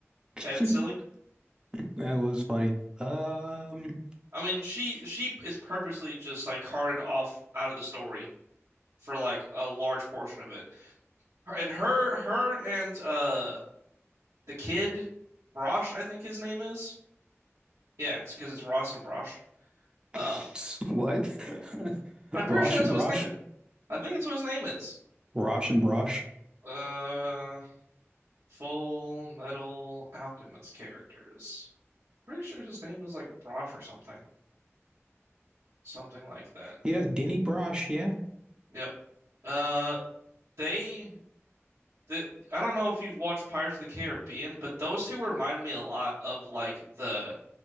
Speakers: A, on the right (about 20°); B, on the right (about 85°).
A: <laughs>
B: Ed Silly?
A: That was funny. Um,
B: I mean, she she is purposely just like carted off out of the story for like a large portion of it. Her, and her her and uh the kid Brosh, I think his name is. Yeah, it's because it's Ross and Brosh.
A: <laughs>
B: Um,
A: what? <laughs>
B: I'm pretty
A: Rosh
B: sure that's
A: and
B: what
A: Brosh?
B: his name is. I think that's what his name is.
A: Rosh and Brosh?
B: Uh, Full Metal Alchemist characters. Pretty sure his name is like Brosh or something, something like that.
A: Yeah, Denny Brosh. Yeah.
B: Yep. Uh, they, the I don't know if you've watched Pirates of the Caribbean, but those two remind me a lot of like the